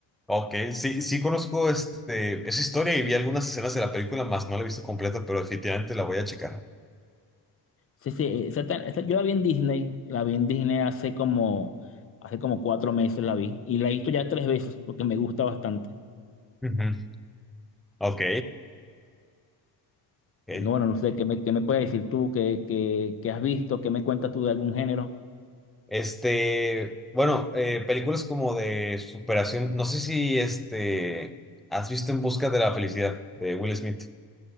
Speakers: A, in the centre; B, on the left (about 30°).
A: Ok, sí, sí conozco este, esa historia y vi algunas escenas de la película, más no la he visto completa, pero definitivamente la voy a checar.
B: Sí, sí, esa ta- esa- yo la vi en Disney, la vi en Disney hace como, hace como cuatro meses la vi y la he visto ya tres veces porque me gusta bastante.
A: Ujú. Ok, ok.
B: pues, No, bueno, no sé, ¿qué me, qué me puedes decir tú? ¿Qué, qué- qué has visto? ¿Qué me cuentas tú de algún género?
A: Este, bueno, eh, películas como de superación. No sé si este has visto En Busca de la Felicidad de Will Smith.